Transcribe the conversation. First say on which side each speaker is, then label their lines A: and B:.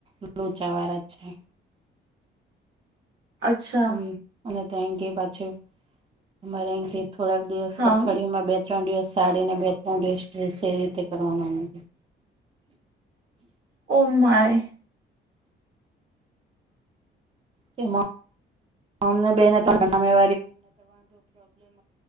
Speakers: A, on the right; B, on the right.
A: <inaudible> લોચાવાળા છે.
B: અચ્છા
A: હ અને થંકય પાછું અરે અં થોડાક દિવસ
B: હા
A: અઠવાડિયમાં બે ત્રણ દિવસ સાડી ને બે ત્રણ દિવસ ડ્રેસ એવી રીતે કરવાના એમ કે.
B: ઓ માઈ.
A: કે અમને બેન <inaudible>